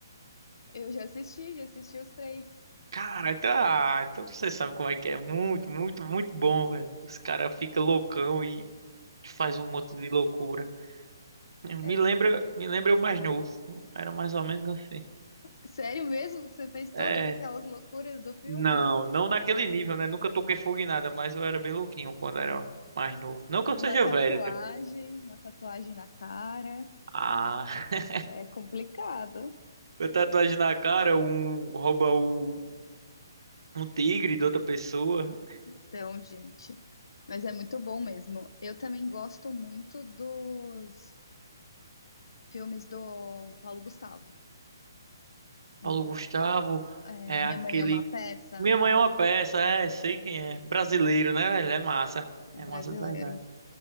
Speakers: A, on the left; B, on the right.
A: Eu já assisti, já assisti os três.
B: Cara, então, ah, então você sabe como é que é. Muito, muito, muito bom, velho. Os caras ficam loucão e faz um monte de loucura. Me
A: É,
B: lembra, me lembra o mais novo. Era mais ou menos assim.
A: Sério mesmo que você fez todas
B: É,
A: aquelas loucuras do filme?
B: Não, não naquele nível, né? Nunca toquei fogo em nada, mas eu era bem louquinho quando era mais novo. Não que eu
A: Uma
B: seja
A: tatuagem,
B: velho.
A: uma tatuagem na cara.
B: Ah, <laughs>
A: É complicado.
B: eu tatuagem na cara, um rouba o um tigre de outra pessoa.
A: Então, gente. Mas é muito bom mesmo. Eu também gosto muito dos filmes do Paulo Gustavo. Hum.
B: Paulo Gustavo
A: É,
B: é
A: Minha
B: aquele.
A: Mãe é uma Peça
B: Minha mãe é uma peça, é, sei quem é. Brasileiro, né, velho? É massa.
A: brasileiro.
B: É massa de verdade.